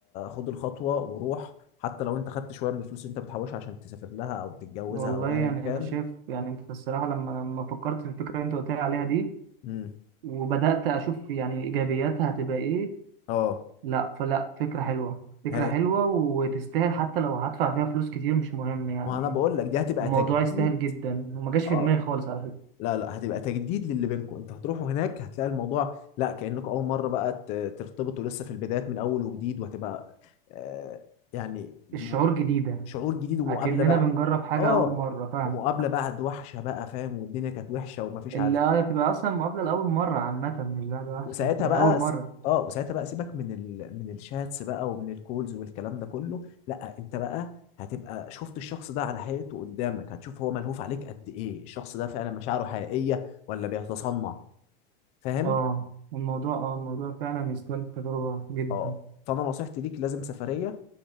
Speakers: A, on the left; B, on the right.
A: خد الخطوة وروح حتى لو انت خدت شوية من الفلوس اللي انت بتحوشها عشان تسافر لها او تتجوزها
B: والله
A: او ايا
B: يعني أنا
A: كان
B: شايف يعني أنت الصراحة لما لما فكرت في الفكرة اللي أنت قلت لي عليها دي
A: امم
B: وبدأت أشوف يعني إيجابياتها هتبقى إيه
A: اه
B: لا فلا فكرة حلوة فكرة
A: ه-
B: حلوة وتستاهل حتى لو هدفع فيها فلوس كتير مش مهم يعني
A: ما انا بقول لك دي هتبقى
B: الموضوع
A: تجديد
B: يستاهل جدا وما جاش في
A: اه
B: دماغي خالص على فكرة
A: لا لا هتبقى تجديد للي بينكم انت هتروحوا هناك هتلاقي الموضوع لا كأنكم اول مرة بقى ت- ترتبطوا لسه في البدايات من اول وجديد وهتبقى آه يعني م-
B: الشعور جديدة
A: شعور جديد ومقابلة
B: أكننا
A: بقى
B: بنجرب حاجة
A: اه
B: أول مرة فاهم
A: ومقابلة بعد وحشة بقى فاهم والدنيا كانت وحشة ومفيش
B: اللي
A: عارف
B: هتبقى أصلا مقابلة لأول مرة عامة مش ده ده أحسن
A: وساعتها
B: ده
A: بقى
B: أول مرة
A: س- اه وساعتها بقى سيبك من ال... من الشاتس بقى ومن الكولز والكلام ده كله لا انت بقى هتبقى شفت الشخص ده على حقيقته قدامك هتشوف هو ملهوف عليك قد ايه الشخص ده فعلا مشاعره حقيقية ولا بيتصنع فاهم
B: اه الموضوع اه الموضوع فعلا يستاهل التجربة جدا
A: اه فانا نصيحتي ليك لازم سفرية